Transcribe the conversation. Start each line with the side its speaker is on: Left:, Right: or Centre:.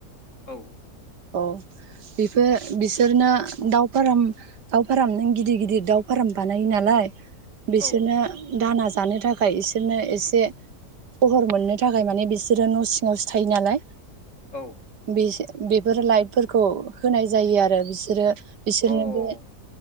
Left: औ
Right: अ बेफोर बिसोरनो दाउ फाराम दाव फाराम नों गिदिर गिदिर दाउ फाराम बानायो नालाय बिसोरनो
Left: औ
Right: दाना जानो थाखाय बिसोरनो एसे फहर मोननो थाखाय माने बिसोरो न' सिङावसो थायो नालाय
Left: औ
Right: बेसे <unintelligible> फोर लाइटफोरखौ होनाय जायो आरो बिसोरो बिसोरनोबो
Left: औ